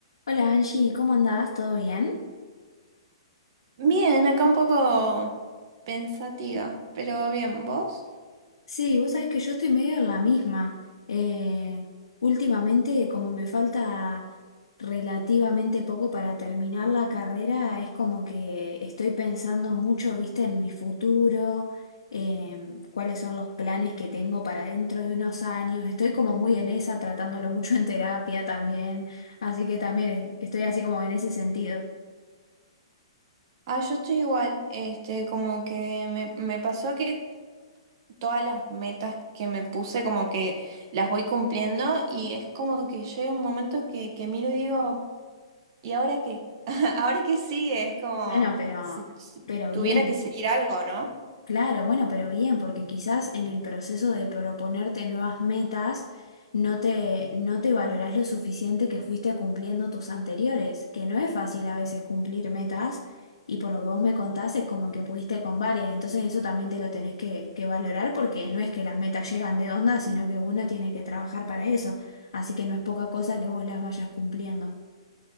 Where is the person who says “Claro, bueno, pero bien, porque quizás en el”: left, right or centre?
Left